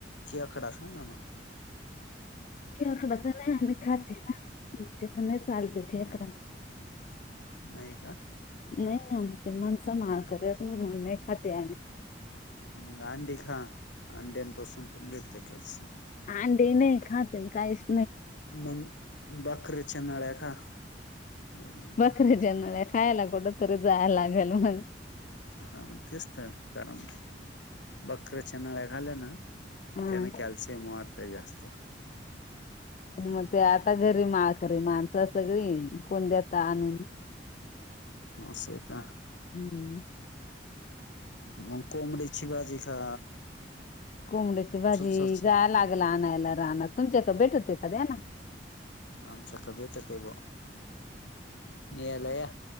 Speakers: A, on the left; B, on the left.
A: खेकडा खाना म.
B: खेकडा त नही आम्ही खाती ना. आमच्याक नही चालतं
A: मग
B: खेकडा.
A: नाही का
B: नही ना आमचे माणसं माळकरी आहेत ना, म्हणु नाही खाती आम्ही.
A: मग अंडे खा अंड्यानपासून पण भेटतय कॅल्शियम.
B: अंडे नही खातन कायस
A: मंग बकरीच्या नळ्या खा. एकदम
B: बकरीेच्या नळ्या खायला, कुठं तरी जायला लागल मंग
A: हा मग तेच त कारण, बकऱ्या च्या नळ्या खाल्या ना
B: हा
A: त्याने कॅल्शिअम वाढतय जास्त.
B: अन मं ते आता घरी माळकरी माणसं सगळी, कोण देतं आणून.
A: आस हे का.
B: ह <inaudible>
A: मग कोंबडीची भाजी खा
B: कोबंड्याची भाजी
A: सुचाची
B: जाया लाग ल आणायला रानात, तुमच्याक भेट ती त दया ना.
A: आमच्याक भेटत बॉ नेयाला या.